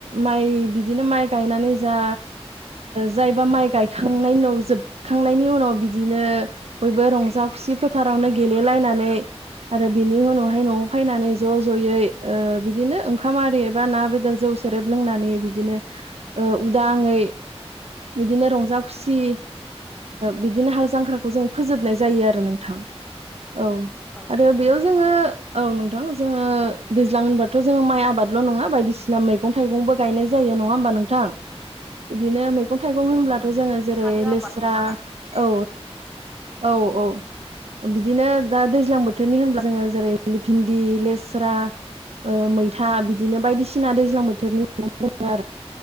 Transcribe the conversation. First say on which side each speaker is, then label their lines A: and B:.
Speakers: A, on the right; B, on the right.
A: माइ बिदिनो माइ गायनानै जा। जायबा माइ गायखांनायनि उनाव जोबखांनायनि उनाव बिदिनो बयबो रंज। जाा खुसि फोथारावनो गेलेलायनानै। आरो बिनि उनावहाय न'आव फैनानै ज' ज'यै बिदिनो ओंखाम आरि एबा ना बेदर जौ। सेरेब लोंनानै बिदिनो उदाङै। बिदिनो रंजा खुसि बिदिनो हाल जांख्राखौ जों फोजोबनाय‌। जायो आरो नोंथां
B: औ
A: औ
B: औ
A: आरो
B: नोंथां
A: बेयाव जोङो औ। ज दैज्लां होनाथ' जोो माइ आबादल' नङा बायदिसिना मैगं थाइगंबो गायनाय जायो नङा। नोंथां बिदिनो मै। मैगं थाइगं
B: नंगौ
A: होनब्लाथ'
B: नोंथां
A: जोङो
B: नंगौ
A: जेरै
B: फाथो
A: लोस्रा
B: आबाद नङा होमबा
A: औ। औ औ बिदिनो दा दैज्लां बोथोरनि
B: औ
A: होनब्ला जोङो जेरै। भिन्दि लेस्रा। मैथा बिदिनो बायदिसिना दैज्लां बोथोरनि मैगं मोनो आरो।